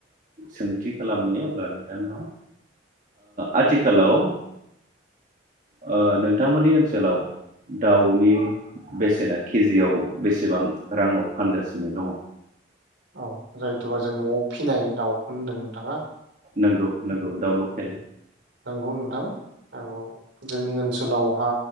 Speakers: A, on the right (about 45°); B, on the right (about 75°).
A: सोंथि खालामनायाव अब्ला नोंथांनाव आथिखालाव ओ नों नोंथांमोननि ओनसोलाव दाउनि बेसेना केजिआव बेसेबां राङाव फानगासिनो दङ
B: औ जायोथबा जों नआव फिनाय दाउखौ होन्दों थाङा
A: नोंगौ नोंगौ दाउ लकेल
B: नंगौ नोंथां औ जोंनि ओनसोलावहा